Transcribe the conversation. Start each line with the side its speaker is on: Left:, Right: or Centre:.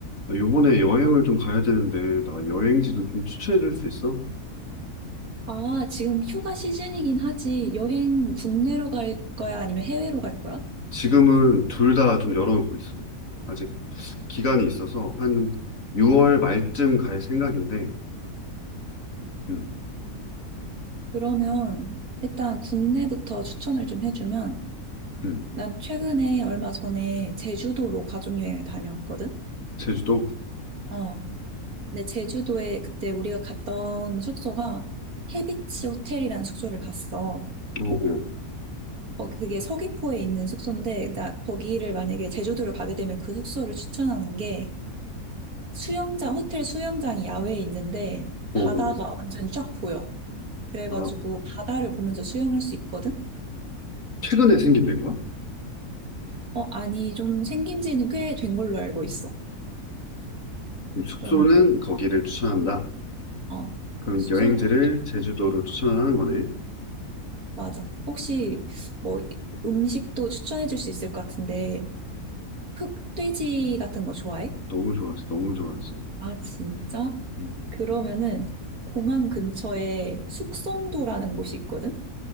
Left: 나 요번에 여행을 좀 가야 되는데, 나 여행지 좀, 좀 추천해 줄 수 있어?
Right: 아, 지금 휴가 시즌이긴 하지. 여행 국내로 갈 거야? 아니면 해외로 갈 거야?
Left: 지금은 둘 다 좀 열어놓고 있어. 아직 기간이 있어서 한 6월 말쯤 갈 생각인데, 음,
Right: 그러면 일단 국내부터 추천을 좀 해주면
Left: 음,
Right: 난 최근에 얼마 전에 제주도로 가족여행을 다녀왔거든?
Left: 제주도?
Right: 어. 근데 제주도에 그때 우리가 갔던 숙소가 해비치 호텔이라는 숙소를 갔어.
Left: 오, 오,
Right: 어, 그게 서귀포에 있는 숙소인데 나 거기를 만약에 제주도를 가게 되면 그 숙소를 추천하는 게 수영장, 호텔 수영장이 야외에 있는데 바다가
Left: 오, 오.
Right: 완전 쫙 보여. 그래가지고
Left: 아,
Right: 바다를 보면서 수영할 수 있거든?
Left: 최근에 생긴 데인가?
Right: 어, 아니, 좀 생긴 지는 꽤 된 걸로 알고 있어.
Left: 그럼 숙소는
Right: 그런데,
Left: 거기를 추천한다.
Right: 어,
Left: 그럼
Right: 숙소,
Left: 여행지를
Right: 거-
Left: 제주도로 추천하는 거네.
Right: 맞아. 혹시 뭐 음식도 추천해 줄 수 있을 것 같은데, 흑돼지 같은 거 좋아해?
Left: 너무 좋았어, 너무 좋았어.
Right: 아, 진짜?
Left: 음,
Right: 그러면은 공항 근처에 숙성도라는 곳이 있거든?